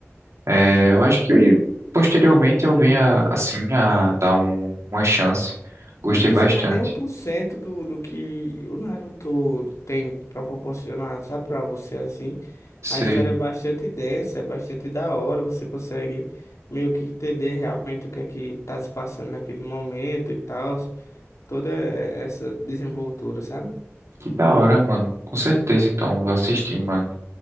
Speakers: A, on the right; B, on the left.
A: É, eu acho que posteriormente eu venha assim a dar um- uma chance. Gostei
B: E
A: bastante.
B: isso não é nem um por cento do, do que o Naruto tem pra proporcionar, sabe, pra você assim.
A: Sei.
B: A história é bastante densa, é bastante da hora, você consegue meio que entender realmente o que é que tá se passando naquele momento e tal, toda essa desenvoltura, sabe?
A: Que da hora, mano. Com certeza, então, eu vou assistir, mano.